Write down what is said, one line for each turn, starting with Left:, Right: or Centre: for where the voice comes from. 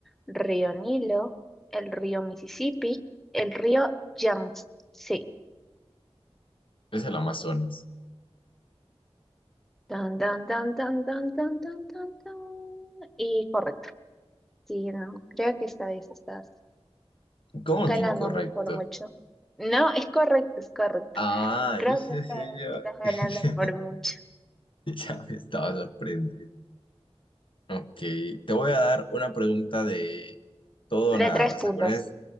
Centre: río Nilo, el río Mississippi, el río Yangtze? Sí.
Left: Es el Amazonas.
Centre: Tan, tan, tan, tan, tan, tan, tan, tan, tan. Y correcto. Sí, no, creo que esta vez estás
Left: ¿Cómo
Centre: ganándome
Left: que incorrecto?
Centre: por mucho. No, es correcto, es correcto.
Left: Ah,
Centre: Creo
Left: yo sé,
Centre: que esta
Left: sí,
Centre: vez
Left: yo.
Centre: estás ganando
Left: <laughs>
Centre: por mucho.
Left: Ya me estaba sorprendiendo. Ok, te voy a dar una pregunta de todo
Centre: De
Left: o nada.
Centre: tres
Left: O
Centre: puntos.
Left: sea, con, es-